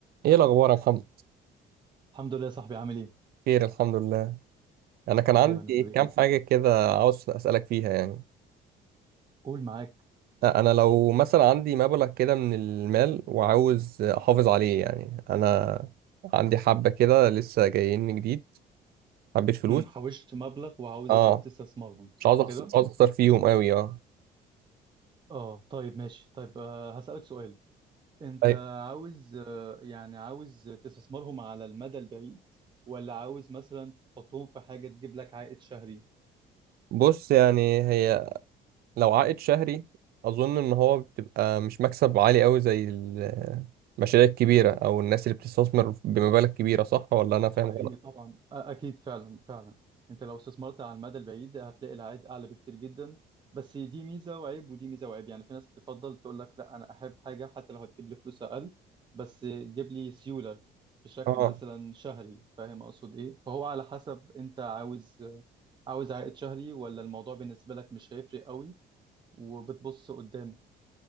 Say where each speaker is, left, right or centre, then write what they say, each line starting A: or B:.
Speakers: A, on the right; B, on the right.
A: ايه الاخبار يا محمد
B: الحمد لله يا صاحبي عامل ايه؟
A: خير الحمد لله انا كان
B: دايما
A: عندي
B: يا صديقي
A: كام حاجه كده عاوز اسالك فيها يعني
B: قول معاك
A: انا لو مثلا عندي مبلغ كده من المال وعاوز احافظ عليه يعني انا عندي حبه كده لسه جايين جديد حبيت فلوس
B: أمم، حوشت مبلغ وعاوز
A: اه
B: تستثمرهم صح
A: مش عاوز أخسر
B: كده؟
A: مش عاوز اخسر فيهم قوي اه
B: اه طيب ماشي طيب آه، هسألك سؤال انت
A: أي-
B: عاوز آه، يعني عاوز تستثمرهم على المدى البعيد ولا عاوز مثلا تحطهم في حاجة تجيب لك عائد شهري؟
A: بص يعني هي لو عائد شهري اظن ان هو بتبقى مش مكسب عالي قوي زي المشاريع الكبيره او الناس اللي بتستثمر بمبالغ كبيره صح ولا انا
B: حقيقي
A: فاهم غلط
B: طبعا أ- اكيد فعلا فعلا انت لو استثمرت على المدى البعيد هتلاقي العائد اعلى بكتير جدا بس دي ميزه وعيب ودي ميزه وعيب يعني في ناس تفضل تقول لك لا انا احب حاجه حتى لو هتجيب لي فلوس اقل بس تجيب لي سيوله بشكل
A: اه
B: مثلا شهري فاهم اقصد ايه فهو على حسب انت عاوز عاوز عائد شهري ولا الموضوع بالنسبه لك مش هيفرق قوي وبتبص قدام